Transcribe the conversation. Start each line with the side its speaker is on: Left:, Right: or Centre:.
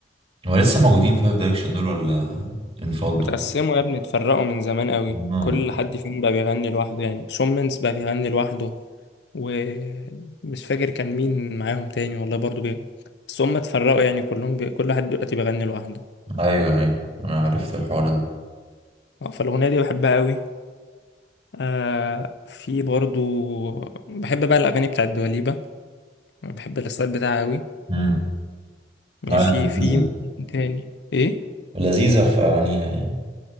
Right: هو لسه موجودين فايف دايركشن دول ولا انفضوا؟
Left: اتقسموا يا ابني اتفرقوا من زمان قوي
Right: مم.
Left: كل حد فيهم بقى بيغني لوحده يعني شومنز بقى بيغني لوحده ومش فاكر كان مين معاهم تاني والله برضو بي... بس هم اتفرقوا يعني كلهم بي... كل واحد دلوقتي بيغني لوحده
Right: أيوه أيوه أنا عرفت الحوار ده
Left: اه، فالأغنية دي بحبها قوي آه في برضو بحب بقى الأغاني بتاعت دواليبة بحب الستايل بتاعها قوي
Right: امم
Left: ماشي
Right: لا لذيذة
Left: في مين تاني ايه
Right: لذيذة في أغانيها يعني